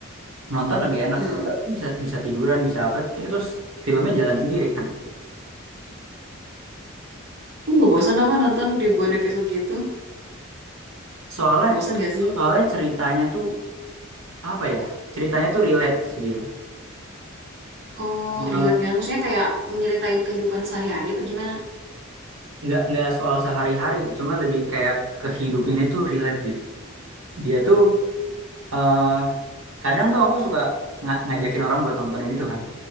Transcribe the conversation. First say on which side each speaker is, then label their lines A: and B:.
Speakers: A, on the right; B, on the right.
A: nonton lebih enak
B: Hmm.
A: sih bisa bisa tiduran bisa apa terus filmnya jalan sendiri kan
B: Lu nggak bosan apa nonton ribuan episode gitu?
A: soalnya
B: Bosan gak sih?
A: soalnya ceritanya tuh apa ya ceritanya tuh relate sih dia
B: Oh,
A: Eh,
B: relate gak? Maksudnya kayak nyeritain kehidupan sehari-hari apa gimana?
A: nggak nggak soal sehari-hari cuman lebih kayak kehidupan ini tuh relate gitu dia tuh eh kadang tuh aku suka nga- ngajakin orang buat nonton ini tuh kan